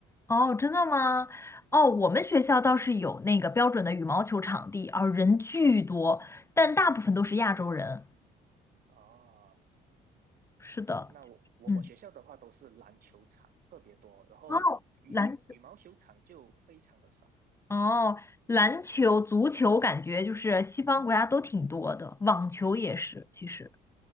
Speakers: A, on the left; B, on the right.
A: 哦，真的吗？哦，我们学校倒是有那个标准的羽毛球场地，啊，人巨多，但大部分都是亚洲人。
B: 哦，
A: 是的，
B: 那我我我学校的话都是篮球场特别多，
A: 嗯，
B: 然后羽羽毛球场就非常的少。
A: 哦，篮球，哦，篮球、足球感觉就是西方国家都挺多的，网球也是，
B: 嗯，
A: 其实，